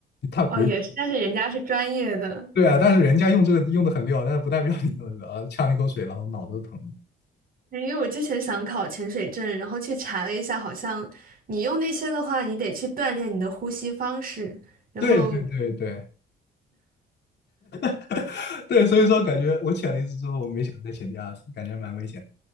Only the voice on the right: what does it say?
哦也是，但是人家是专业的，
对，因为我之前想考潜水证，然后去查了一下，好像你用那些的话，你得去锻炼你的呼吸方式，然后